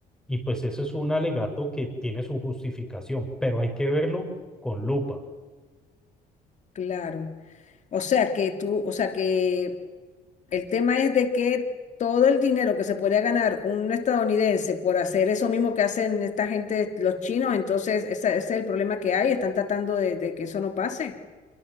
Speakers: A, in the centre; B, on the left (about 45°).
A: y pues eso es un alegato que tiene su justificación, pero hay que verlo con lupa.
B: claro. O sea que tú, o sea que El tema es de que todo el dinero que se podría ganar un estadounidense por hacer eso mismo que hacen esta gente, los chinos, entonces esa- ese, es el problema que hay, están tratando de, de que eso no pase.